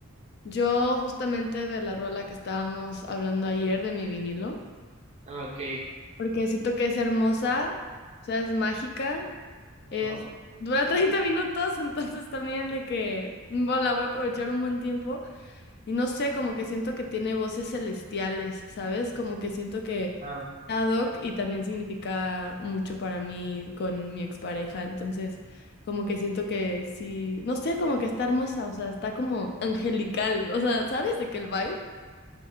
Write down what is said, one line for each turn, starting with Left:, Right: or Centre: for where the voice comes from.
Left: yo justamente de la rola que estábamos hablando ayer de mi vinilo,
Right: Ah, ok.
Left: porque siento que es hermosa, o sea, es mágica
Right: Ajá.
Left: Es, dura 30 minutos, <laughs> entonces también de que bueno, la voy a aprovechar un buen tiempo. Y no sé, como que siento que tiene voces celestiales, ¿sabes? Como que siento que
Right: Ah,
Left: ad hoc y también significa mucho para mí con mi expareja. Entonces, como que siento que sí, no sé, como que está hermosa, o sea, está como angelical. O sea, ¿sabes de que el vibe?